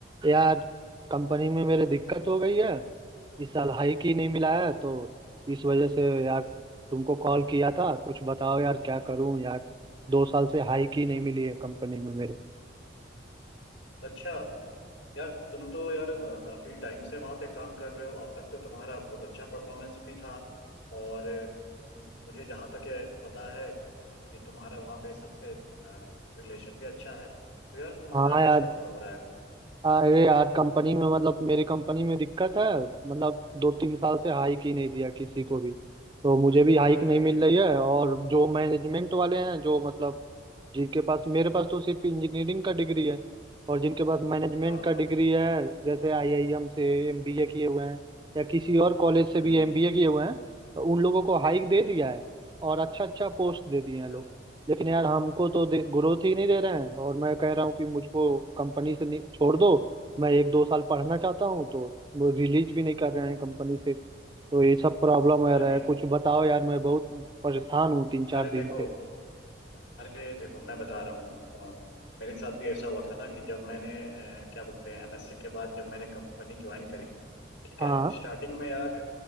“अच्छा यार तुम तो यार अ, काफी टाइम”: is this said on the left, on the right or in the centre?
Left